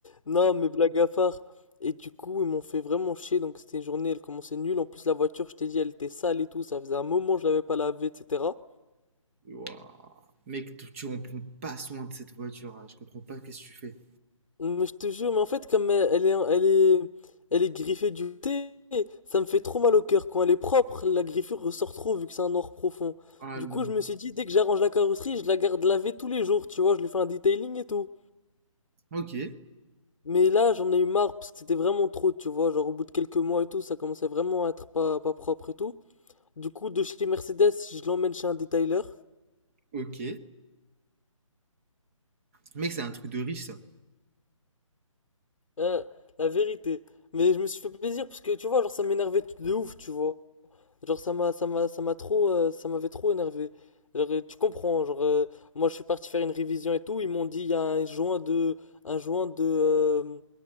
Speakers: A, on the left; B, on the right.
A: Non, mais blague à part. Et du coup, ils m'ont fait vraiment chier. Donc c'était une journée, elle commençait nulle. En plus, la voiture, je t'ai dit, elle était sale et tout. Ça faisait un moment, je l'avais pas lavée, etc.
B: Wouah. Mec, tu tu en prends pas soin de cette voiture. hein. Je comprends pas qu'est-ce que tu fais.
A: Mais je te jure, mais en fait, comme elle elle est, elle est, elle est griffée du thé, ça me fait trop mal au cœur. Quand elle est propre, la griffure ressort trop vu que c'est un or profond.
B: Ah
A: Du
B: là.
A: coup, je me suis dit, dès que j'arrange la carrosserie, je la garde lavée tous les jours, tu vois, je lui fais un detailing et tout.
B: Ok,
A: Mais là, j'en ai eu marre parce que c'était vraiment trop, tu vois, genre au bout de quelques mois et tout, ça commençait vraiment à être pas, pas propre et tout. Du coup, de chez Mercedes, je l'emmène chez un detailer.
B: ok. Mec, c'est un truc de riche, ça.
A: Euh, la vérité. Mais je me suis fait plaisir parce que, tu vois, genre ça m'énervait de ouf, tu vois. Genre ça m'a ça m'a ça m'a trop euh, ça m'avait trop énervé. Genre, euh, tu comprends, genre euh, moi je suis parti faire une révision et tout, ils m'ont dit il y a un joint de un joint de euh,